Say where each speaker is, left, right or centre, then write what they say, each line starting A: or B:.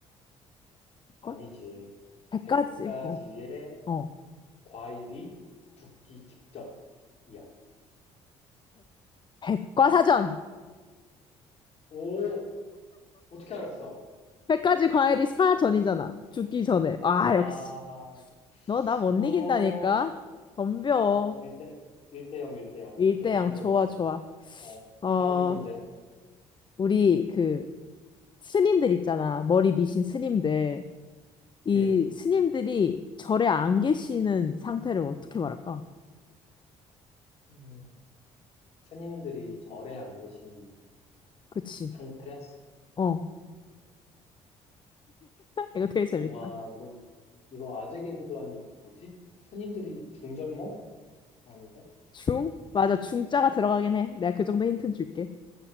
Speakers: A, on the left; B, on the left.
A: 백과?
B: 아니지.
A: 100가지
B: 100가지의
A: 어어어
B: 과일이 죽기 직전이야.
A: 백과사전
B: 오, 어떻게 알았어?
A: 백 가지 과일이 사전이잖아. 죽기 전에. 아,
B: 와,
A: 역시. 너 나 못
B: 오,
A: 이긴다니까? 덤벼.
B: 어, 1대, 일대 0, 1대 0.
A: 일대양
B: 오케이, 인정,
A: 좋아,
B: 인정.
A: 좋아.
B: 어,
A: 어,
B: 다음 문제.
A: 우리 그 스님들 있잖아. 머리 미신 스님들. 이
B: 음,
A: 스님들이 절에 안 계시는 상태를 어떻게 말할까?
B: 음, 스님들이 절에 안 계시는
A: 그치.
B: 상태?
A: 어. 이거 되게 재밌다.
B: 와, 이거, 이거 아재 개그도 아니고 뭐지? 스님들이 중절모? 아닌데?
A: 중? 맞아. 중자가 들어가긴 해. 내가 그 정도 힌트는 줄게.